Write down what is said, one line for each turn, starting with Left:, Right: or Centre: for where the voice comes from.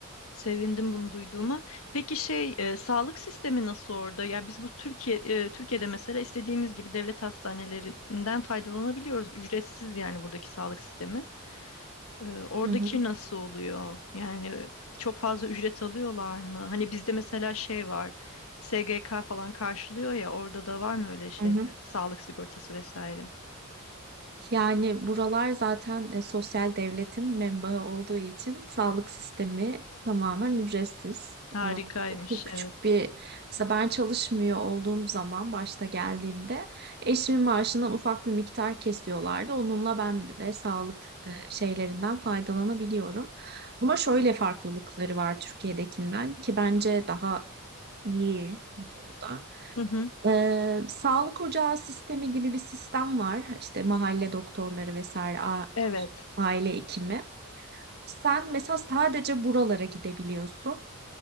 Left: Sevindim bunu duyduğuma. Peki şey, e, sağlık sistemi nasıl orada? Ya biz bu Türkiye e, Türkiye'de mesela istediğimiz gibi devlet hastanelerinden faydalanabiliyoruz. Ücretsiz yani buradaki sağlık sistemi. Ee, oradaki
Right: Hı hı.
Left: nasıl oluyor? Yani çok fazla ücret alıyorlar mı? Hani bizde mesela şey var. SGK falan karşılıyor ya orada da var mı öyle şeyler?
Right: Hı hı.
Left: Sağlık sigortası vesaire.
Right: Yani buralar zaten e, sosyal devletin menbaı olduğu için sağlık sistemi tamamen ücretsiz.
Left: Harikaymış
Right: E, çok
Left: evet.
Right: küçük bir, mesela ben çalışmıyor olduğum zaman başta geldiğimde eşimin maaşından ufak bir miktar kesiyorlardı. Onunla ben de sağlık e, şeylerinden faydalanabiliyorum. Ama şöyle farklılıkları var Türkiye'dekinden ki bence daha iyi bu konuda.
Left: Hı hı.
Right: Ee, sağlık ocağı sistemi gibi bir sistem var. İşte mahalle doktorları vesaire, a-
Left: Evet.
Right: aile hekimi. Sen mesela sadece buralara gidebiliyorsun.